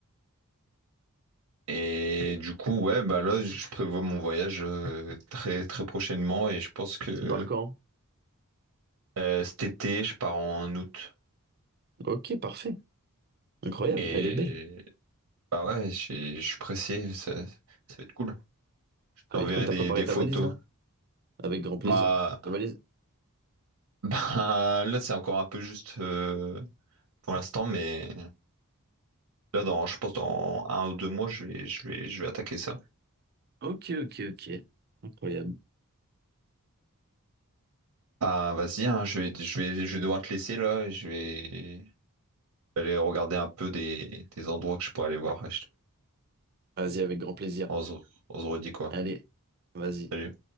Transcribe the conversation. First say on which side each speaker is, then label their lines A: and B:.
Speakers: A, on the right; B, on the right.
A: Et du coup, ouais, bah là, je prévois mon voyage euh, très très prochainement et je pense que
B: C'est par quand?
A: euh, cet été, je pars en août.
B: Ok, parfait. Incroyable.
A: Et
B: Elle est belle.
A: bah ouais, j'ai- je suis pressé, ça, ça va être cool. Je
B: Ça
A: t'enverrai
B: va être cool. T'as
A: des,
B: préparé
A: des
B: ta
A: photos.
B: valise là? Avec grand plaisir.
A: Bah,
B: Ta valise?
A: <laughs> bah là, c'est encore un peu juste euh, pour l'instant, mais là, dans, je pense dans un ou deux mois, je vais, je vais, je vais attaquer ça.
B: Ok, ok, ok. Incroyable.
A: Ah, vas-y, hein, je vais, je vais, je vais devoir te laisser là. Je vais aller regarder un peu des, des endroits que je pourrais aller voir.
B: Vas-y, avec grand plaisir.
A: On se, on se redit quoi?
B: Allez, vas-y.
A: Salut.